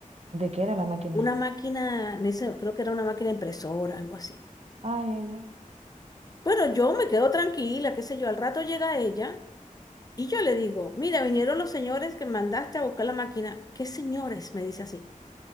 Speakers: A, on the right; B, on the left.
A: de qué era la máquina?
B: una máquina, en ese- creo que era una máquina impresora, algo así.
A: Ay, ay, ay.
B: Bueno, yo me quedo tranquila, qué sé yo, al rato llega ella. Y yo le digo, mira, vinieron los señores que mandaste a buscar la máquina. ¿Qué señores? Me dice así.